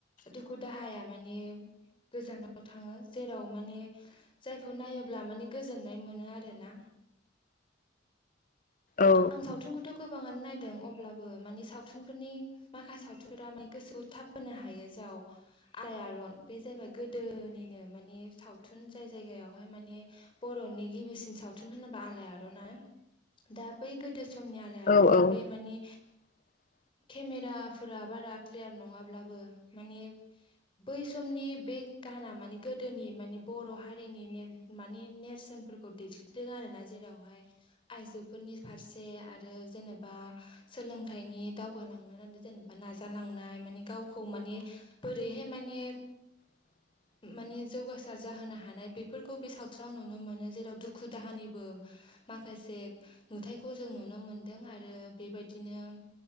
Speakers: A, on the left; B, on the left.
A: दुखु दाहाया माने गोजानाव थाङो जेराव माने जायखौ नायोब्ला माने गोजोननाय मोनो आर ना
B: औ
A: आं सावथुनखौथ' गोबाङानो नायदों अब्लाबो मानि सावथुनफोरनि माखासे सावथुनफोरा माने गोसोआव थाब बोनो हायो जाव आयारन बे जाहैबाय गोदोनिनो माने सावथुन जाय जायगायावहाय माने बर'नि गिबिसिन सावथुन होनोबा आलायार'ना दा बै गोदो समनि आलाय आर
B: औ
A: ना
B: औ
A: बे मानि
B: <inaudible>
A: केमेराफोरा बारा क्लियार नङाब्लाबो माने बै समनि बे गाहाना मानि गोदोनि मानि बर' हारिनि मानि नेरसोन खौ दिखिदों आरो ना जेरावहाय आइजोफोरनि फारसे आरो जेनेबा सोलोंथाइनि दावगालांनो नांदों जेनेबा नाजालांनाय माने गावखौ माने बोरैहाय माने
B: <inaudible>
A: माने जौगासार जाहोनो हानाय बेफोरखौ बे सावथुनाव नुनो मोनो जेराव दुखु दाहानिबो
B: <inaudible>
A: माखासे नुथायखौ जों नुनो मोनदों आरो बेबायदिनो